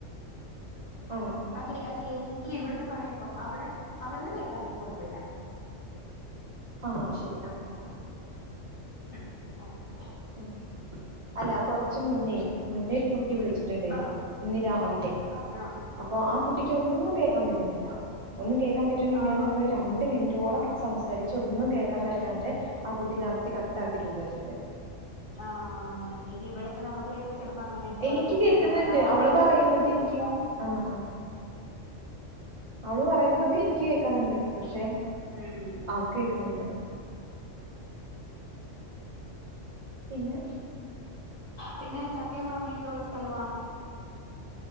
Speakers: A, on the right; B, on the left.
A: ആഹ് ആഹ്
B: അക്കെ
A: ആഹ്
B: അല്ല എനിക്ക് ഇവിടുന്ന് പറയുമ്പം. അവിടെ അവിടുന്ന് കേക്കാൻ എനിക്ക് കൊഴപ്പില്ല.
A: ആഹ് ശരി ആഹ് ആഹ്
B: ഉം ഓക്കെ ഓക്കെ
A: ഉം അല്ല കൊറച്ച് മുന്നേ മുന്നേ ഒരു കുട്ടി വിളിച്ചു ണ്ടായിരുന്നു
B: ആ
A: ഇന്ന് രാവിലെ.
B: ആ
A: അപ്പൊ ആ കുട്ടിക്ക് ഒന്നും കേക്കാൻ പറ്റുന്നില്ല. ഒന്നും കേക്കാൻ പറ്റണില്ലയന്ന്
B: ആ
A: പറഞ് രണ്ട് മിനിറ്റ് റ്റോളം സംസാരിച്ച് ഒന്നും കേക്കാൻ പറ്റാണ്ടെ ആ കുട്ടി ലാസ്റ്റ് കട്ടാക്കി പോവാ ചെയ്തെ.
B: ആഹ് ഇതിവിടെ നമക്കെ ചെലപ്പോ അങ്ങനെയുള്ള
A: എനിക്ക്
B: ബുദ്ധിമുട്ട്
A: കേക്കുന്നുണ്ട്
B: ഒണ്ടാവും.
A: അവള് പറയുന്നത് എനിക്ക് ആഹ് ആഹ് അവള് പറയുന്നതൊക്കെ എനിക്ക് കേക്കനുണ്ട്. പക്ഷെ
B: ഉം
A: അവക്ക് കേക്കുന്നില്ല. പിന്നെ
B: പിന്നെ ചക്കേം മാങ്ങയൊക്കെയൊള്ള സ്ഥലമാണോ?